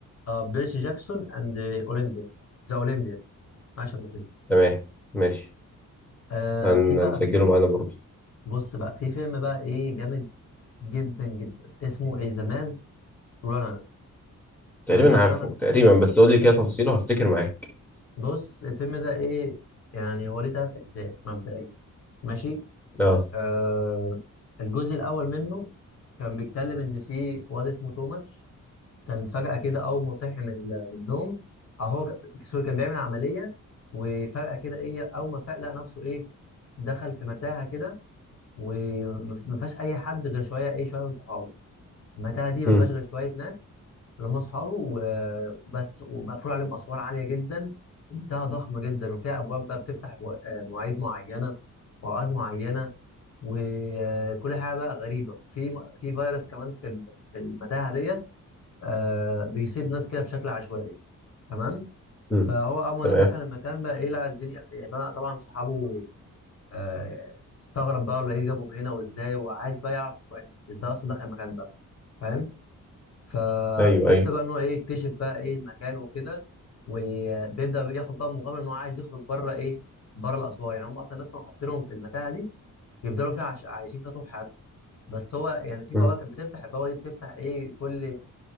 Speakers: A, on the left; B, in the centre.
A: آه بيرسي جاكسون اند اولمبيانز ذا اولمبيانز حاجة شبه كده
B: تمام ماشي
A: آه
B: هن-
A: في بقى
B: هنسجله
A: فيلم
B: معانا برضه
A: بص بقى في فيلم بقى ايه جامد جدا جدا اسمه ايه ذا ماز رانر
B: تقريبا
A: ذا ماز
B: عارفه
A: رانر
B: تقريبا بس قول لي كده تفاصيله هفتكر معاك
A: بص الفيلم ده ايه يعني هو ليه تلات اجزاء مبدئيا ماشي
B: اه
A: آه الجزء الاول منه كان بيتكلم ان في واد اسمه توماس كان فجأة كده اول ما صحي من ال- من النوم او هو ك- سوري كان بيعمل عملية وفجأة كده ايه اول ما فاق لقى نفسه ايه دخل في متاهة كده وما فيهاش اي حد غير شوية ايه شوية من صحابه المتاهه دي ما
B: امم
A: فيهاش غير شويه ناس اللي هم اصحابه و- وبس ومقفول عليهم اسوار عاليه جدا ومتاهه ضخمه جدا وفيها ابواب بقى بتفتح بو- آه، مواعيد معينه واوقات معينه وكل حاجه بقى غريبه في م- في فيروس كمان في ال- في المتاهه ديت آه، بيصيب ناس كده بشكل عشوائي تمام
B: امم
A: فهو اول
B: تمام
A: ما دخل المكان بقى ايه لقى الدنيا يعني طبعا طبعاً صحابه آه، استغرب بقى ولا ايه جابهم هنا وازاي وعايز بقى يعرف يعني ازاي اصلا دخل المكان ده فاهم فبيبدا
B: ايوه ايوه
A: بقى ان هو ايه يكتشف بقى ايه المكان وكده وبيبدا ياخد بقى مغامره ان هو عايز يخرج بره ايه بره الاسوار يعني هم اصلا الناس كانوا حاطينهم في المتاهه دي بيفضلوا فيها عش... عايشين فيها طول حياتهم بس هو يعني في
B: امم
A: بوابه كانت بتفتح البوابه دي بتفتح ايه كل